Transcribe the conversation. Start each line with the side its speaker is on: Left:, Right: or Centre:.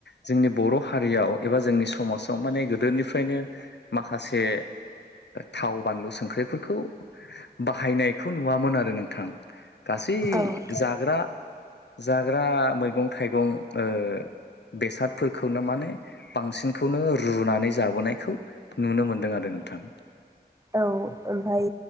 Left: जोंनि बर' हारियाव एबा जोंनि समाजाव माने गोदोनिफ्राय नो माखासे थाव बानलु संक्रि फोर खौ बाहायनायखौ नुवामोन आरो नोंथां। गासै
Right: औ
Left: जाग्रा जाग्रा मैगं थाइगं ओ बेसादफोरखौनो माने बांसिनखौनो रुनानै जाबोनायखौ नुनो मोनदों आरो नोंथां।
Right: औ ओमफाय